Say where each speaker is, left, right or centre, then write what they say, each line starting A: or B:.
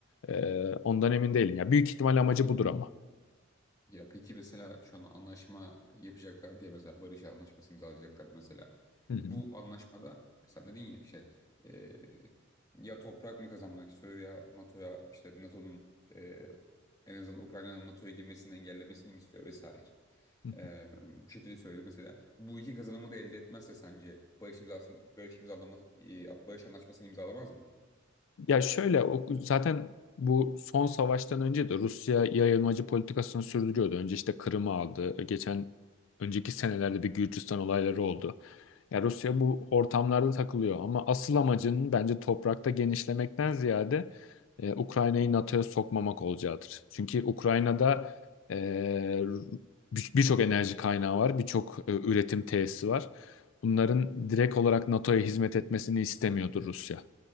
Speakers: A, on the left (about 70°); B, on the left (about 20°).
A: Ee, ondan emin değilim. Ya büyük ihtimal amacı
B: Peki
A: budur ama.
B: Ya peki mesela şu an anlaşma yapacaklar diye mesela barış anlaşması imzalayacaklardı mesela.
A: Hı
B: Bu anlaşmada sen dedin ya şey e, ya toprak mı kazanmak istiyor ya NATO'ya işte NATO'nun e, en azından Ukrayna'nın NATO'ya girmesini engellemesini mi istiyor vesaire.
A: hı.
B: E, bu şekilde söyledi mesela. Bu iki kazanımı da elde etmezse sence barış imzasını barış imzalama e, barış anlaşmasını imzalamaz mı?
A: Ya şöyle o, zaten bu son savaştan önce de Rusya yayılmacı politikasını sürdürüyordu. Önce işte Kırım'ı aldı. Geçen önceki senelerde bir Gürcistan olayları oldu. Ya Rusya bu ortamlarda takılıyor ama asıl amacının bence toprakta genişlemekten ziyade e, Ukrayna'yı NATO'ya sokmamak olacaktır. Çünkü Ukrayna'da e, bir- birçok enerji kaynağı var, birçok e, üretim tesisi var. Bunların direkt olarak NATO'ya hizmet etmesini istemiyordur Rusya.